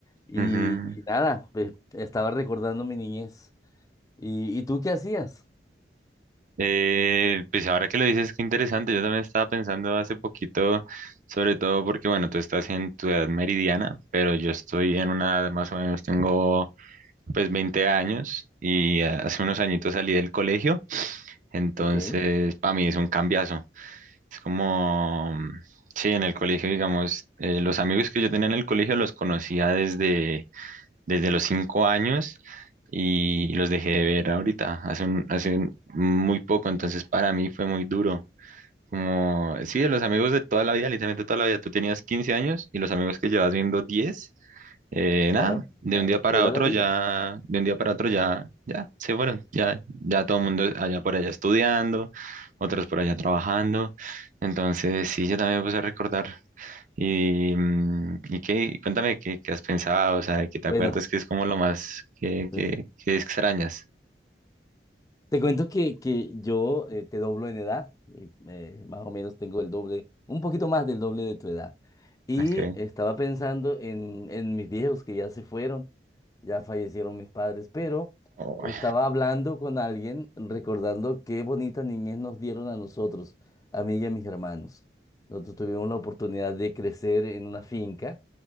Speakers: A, on the left (about 20°); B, on the right (about 45°).
A: Y,
B: ujú.
A: y nada, pues, estaba recordando mi niñez. ¿Y, y tú qué hacías?
B: Eh, pues ahora que lo dices, qué interesante. Yo también estaba pensando hace poquito, sobre todo porque, bueno, tú estás en tu edad meridiana, pero yo estoy en una edad más o menos, tengo pues 20 años y hace unos añitos salí del colegio, entonces
A: Ok,
B: para mí es un cambiazo. Es como, sí, en el colegio, digamos, eh, los amigos que yo tenía en el colegio los conocía desde desde los cinco años y los dejé de ver ahorita, hace, un- hace un- muy poco, entonces para mí fue muy duro. Como, sí, de los amigos de toda la vida, literalmente toda la vida, tú tenías 15 años y los amigos que llevas viendo diez eh,
A: claro,
B: nada, de
A: claro,
B: un día para
A: toda
B: otro
A: la vida.
B: ya, de un día para otro ya, ya, se fueron, ya, ya todo el mundo allá por allá estudiando, otros por allá trabajando, entonces sí, yo también me puse a recordar y, mm, y qué, cuéntame qué, qué has pensado, o sea, que te
A: Bueno,
B: acuerdas que es como lo más que,
A: pues
B: que, que extrañas.
A: Te cuento que, que yo eh, te doblo en edad, eh, eh, más o menos tengo el doble, un poquito más del doble de tu edad. Y
B: Okay.
A: estaba pensando en, en mis viejos que ya se fueron, ya fallecieron mis padres, pero
B: Uy,
A: estaba hablando con alguien recordando qué bonita niñez nos dieron a nosotros, a mí y a mis hermanos. Nosotros tuvimos la oportunidad de crecer en una finca,